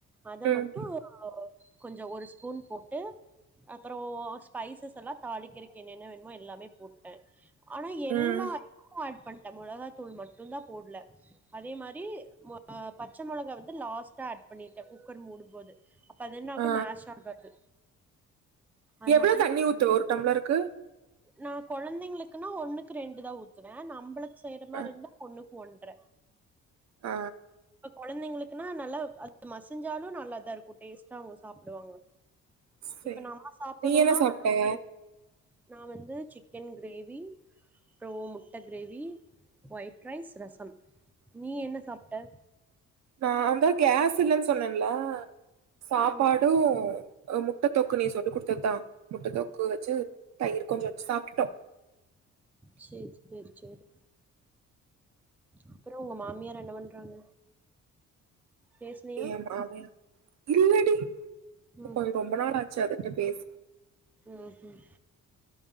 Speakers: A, in the centre; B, on the right.
A: அத
B: ம்
A: மட்டு கொஞ்சோ ஒரு ஸ்பூன் போட்டு அப்பறோ ஸ்பைசஸ் எல்லா தாளிக்கிறக்கு என்னன்ன வேணுமோ எல்லாமே போட்ட ஆனா எல்லா
B: ம்
A: <inaudible> ஆட் பண் ணிட்ட மொளகாத்தூள் மட்டுந்தா போட்ல அதே மாரி மொ பச்ச மொளகா வந்து லாஸ்ட்டா ஆட் பண்ணிட்ட குக்கர் மூடும்போது அப்ப அது என்னாகு
B: ஆ
A: மேஷ் ஆகாது அந்த
B: எவ்ளோ
A: மாரி
B: தண்ணி ஊத்துவ ஒரு டம்லருக்கு
A: நா கொழந்தைங்களுக்குனா ஒண்ணுக்கு ரெண்டு தா ஊத்துவ நம்பளுக்கு செய்ற மாரி
B: ஆ
A: இருந்தா ஒண்ணு ஒன்ற
B: அ
A: ப்ப குழந்தைங்களுக்குனா நல்லா அது மசிஞ்சாலு நல்லா தா இருக்கு டேஸ்டா அவுங்க சாப்டுவாங்க
B: சேர்
A: இப்ப நம்ம சாப்பணுன்னா
B: நீ என்ன சாப்ட
A: நல்லா ஒரு நா வந்து சிக்கன் கிரேவி அப்றோ முட்ட கிரேவி ஒயிட் ரைஸ் ரசம் நீ என்ன சாப்ட
B: நா தா கேஸ் இல்லன்னு சொன்னல சாப்பாடும்
A: ம்
B: முட்ட தொக்கு நீ சொன் குடுத்ததுதா முட்ட தொக்கு வச்சு தயிர் கொஞ்சோ வச்சு சாப்ட்டுட்டோ
A: செரி செரி செரி அப்றோ உங்க மாமியார் என்ன பண்றாங்க பேசுனியா
B: ஏ மாமியா இல்லடி
A: ம்
B: கொஞ் ரொம்ப நாள் ஆச்சு அதுட்ட பேசு
A: ம்ஹும்